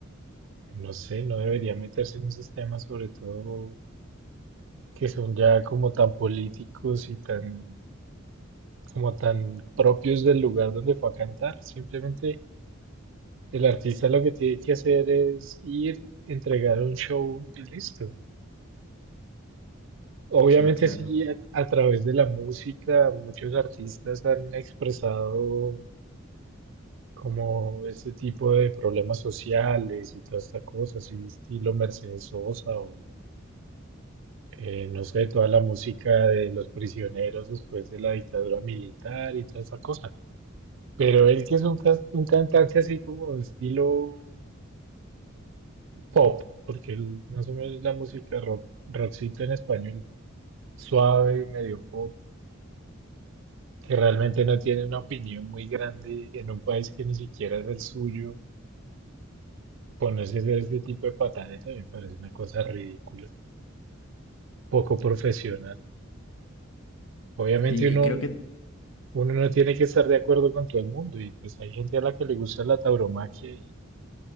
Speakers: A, on the right (about 65°); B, on the left (about 80°).
A: No sé, no debería meterse en esos temas, sobre todo que son ya como tan políticos y tan, como tan propios del lugar donde fue a cantar. Simplemente el artista lo que tiene que hacer es ir, entregar un show y listo. Obviamente
B: Sí, claro.
A: sí, a, a través de la música, muchos artistas han expresado como este tipo de problemas sociales y toda esta cosa, así estilo Mercedes Sosa o eh, no sé, toda la música de los prisioneros después de la dictadura militar y toda esa cosa. Pero él que es un, cas- un cantante así como de estilo pop, porque él, más o menos la música rock, rockcito en español, suave y medio pop, que realmente no tiene una opinión muy grande en un país que ni siquiera es el suyo. Ponerse a hacer este tipo de patada también parece una cosa ridícula, poco profesional. Obviamente
B: Sí,
A: uno
B: y creo que
A: Uno no tiene que estar de acuerdo con todo el mundo y pues hay gente a la que le gusta la tauromaquia y,